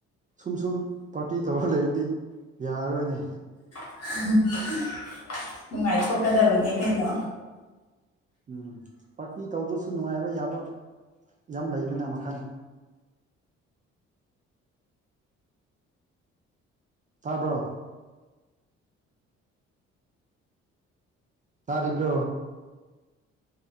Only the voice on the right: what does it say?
ꯁꯨꯝ ꯁꯨꯝ ꯄꯥꯔꯇꯤ ꯇꯧꯔ ꯂꯩꯔꯗꯤ ꯌꯥꯔꯔꯣꯏꯅꯦ
ꯎꯝ ꯄꯥꯔꯇꯤ ꯇꯧꯗ꯭ꯔꯁꯨ ꯅꯨꯡꯉꯥꯏꯕ ꯌꯥꯕ ꯌꯥꯝ ꯂꯩꯕꯅ ꯃꯈꯜ ꯇꯥꯕ꯭ꯔꯣ ꯇꯥꯔꯤꯕ꯭ꯔꯣ